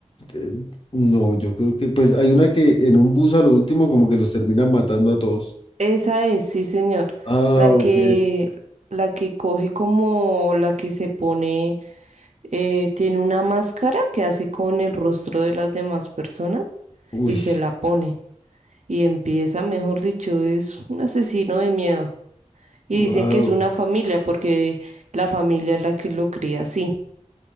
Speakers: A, on the left (about 45°); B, on the right (about 70°).
A: eh, no, yo creo que, pues hay una que en un bus a lo último como que los terminan matando a todos.
B: Esa es, sí, señor.
A: Ah,
B: La que,
A: ok.
B: la que coge como la que se pone, eh, tiene una máscara que hace con el rostro de las demás personas
A: Uy,
B: y se la pone. Y empieza, mejor dicho, es un asesino de miedo. Y
A: wow.
B: dicen que es una familia porque la familia es la que lo cría así.